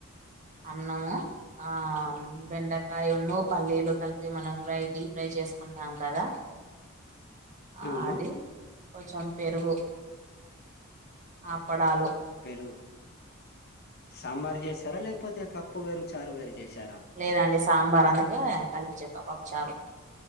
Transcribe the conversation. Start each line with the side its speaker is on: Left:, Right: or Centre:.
Right: అన్నము ఆ బెండకాయ ఎన్నో పల్లీలు కలిపి మనం ఫ్రై డీ ఫ్రై చేసుకుంటాం కదా ఆ
Left: అవును
Right: అది కొంచెం పెరుగు అపడాలో
Left: పెరుగు సాంబారు చేసారా లేకపోతే పప్పు వేరు చారు వేరు చేశారా
Right: లేదండి సాంబార్ అందుకే కలిపి చెప్పా పప్పు చారు